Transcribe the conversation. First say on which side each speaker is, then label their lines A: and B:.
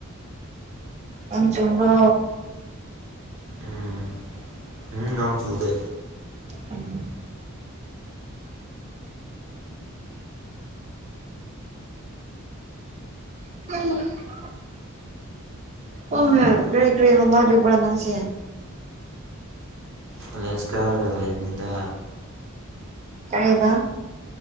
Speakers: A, on the right; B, on the right.
A: ꯅꯣꯡ ꯆꯨꯕ꯭ꯔꯣ
B: ꯎꯝ ꯎꯝ ꯅꯣꯡ ꯆꯨꯗꯦ
A: <inaudible> <inaudible> ꯑꯣ ꯀꯔꯤ ꯀꯔꯤ ꯍꯣꯠꯅꯔꯤꯕ꯭ꯔꯥ ꯅꯪꯁꯤ
B: ꯀꯣꯂꯦꯁ ꯀꯥꯔꯒ ꯂꯩꯕꯅꯤꯗ
A: ꯀꯔꯤꯍꯥꯏꯕ